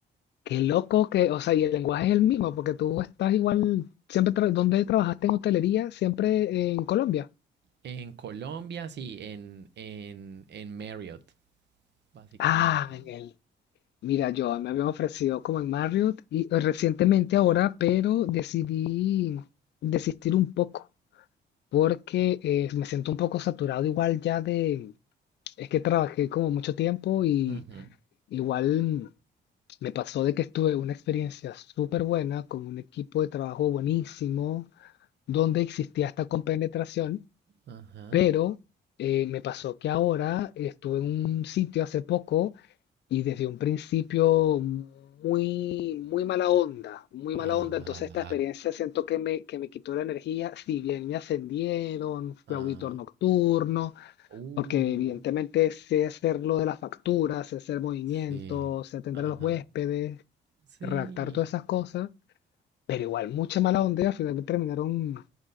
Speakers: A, on the left; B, on the right.
A: Qué loco que, o sea, y el lenguaje es el mismo, porque tú estás igual, siempre, tra- ¿dónde trabajaste en hotelería? Siempre en Colombia.
B: En Colombia, sí, en, en, en Marriott, básicamente.
A: Ah, en el. Mira, yo me habían ofrecido como en Marriott y eh, recientemente ahora, pero decidí desistir un poco porque eh, me siento un poco saturado igual ya de, es que trabajé como mucho tiempo y
B: Ujú.
A: igual mm, me pasó de que estuve una experiencia súper buena con un equipo de trabajo buenísimo donde existía esta compenetración.
B: Ajá,
A: Pero eh, me pasó que ahora estuve en un sitio hace poco y desde un principio muy, muy mala onda, muy mala
B: ajá.
A: onda. Entonces esta
B: Ah,
A: experiencia siento que me, que me quitó la energía, si bien me ascendieron, fui
B: ah,
A: auditor nocturno,
B: uh,
A: porque evidentemente sé hacer lo de las facturas, sé hacer movimientos,
B: sí,
A: sé atender
B: ajá,
A: a los huéspedes,
B: sí.
A: redactar todas esas cosas, pero igual mucha mala onda, y al final me terminaron